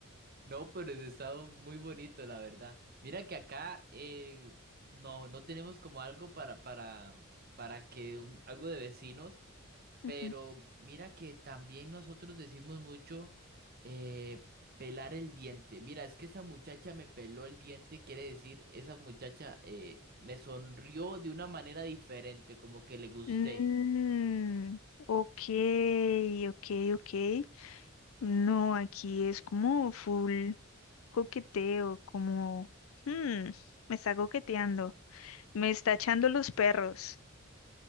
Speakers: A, on the right; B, on the left.
A: No, pero es- está muy bonito, la verdad. Mira que acá eh, no, no tenemos como algo para, para, para que un- algo de vecinos,
B: Ujú.
A: pero mira que también nosotros decimos mucho eh, pelar el diente. Mira, es que esa muchacha me peló el diente, quiere decir, esa muchacha eh, me sonrió de una manera diferente, como que le gusté.
B: Mm, ok, ok, ok. No, aquí es como full coqueteo, como, hmm, me está coqueteando, me está echando los perros.